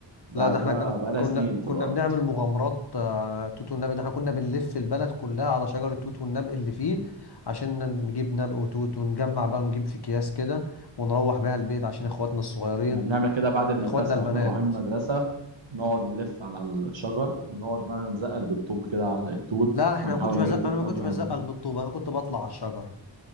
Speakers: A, on the right; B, on the left.
A: بعد
B: لا ده احنا
A: بقى
B: كان
A: بقالها
B: كنا
A: سنين في
B: كنا
A: الأرض
B: بنعمل مغامرات آه، على التوت والنبق ده احنا كنا بنلف البلد كلها على شجر التوت والنبق اللي فيه عشان نجيب نبق وتوت ونجمع بقى ونجيب في اكياس كده ونروح بيها البيت عشان اخواتنا الصغيرين
A: كنا بنعمل كده بعد المدرسة
B: اخواتنا البنات
A: واحنا مروحين من المدرسة نقعد نلف على الشجر ونقعد بقى نزقل بالطوب كده على التوت
B: لا احنا
A: ونحاول
B: ما كنتش بزق
A: نجيب توت
B: انا ما كنتش
A: ناكله
B: بزقل
A: احنا منه.
B: بالطوبة انا كنت بطلع على الشجر